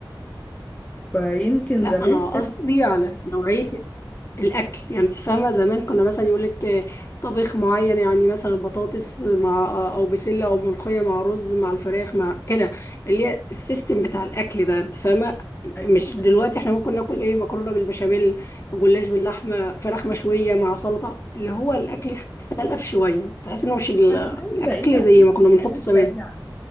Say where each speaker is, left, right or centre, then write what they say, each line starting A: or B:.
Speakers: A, on the left; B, on the left.
A: فيمكن
B: لا
A: زمان
B: انا قصدي
A: كانت
B: على نوعيه الاكل يعني انت فاهمه زمان كنا مثلا يقول لك طبيخ معين يعني مثلا بطاطس مع او بسله او ملوخيه مع رز مع الفراخ مع كده اللي هي السيستم بتاع الاكل ده انت فاهمه
A: اكيد
B: مش دلوقتي احنا ممكن ناكل ايه مكرونه بالبشاميل جلاش باللحمه فراخ مشويه مع سلطه اللي هو الاكل اختلف شويه تحس انه مش ال-
A: عشان
B: الاكل
A: بقينا عايزين
B: زي ما كنا
A: الحاجات
B: بنحطه
A: السريعه
B: زمان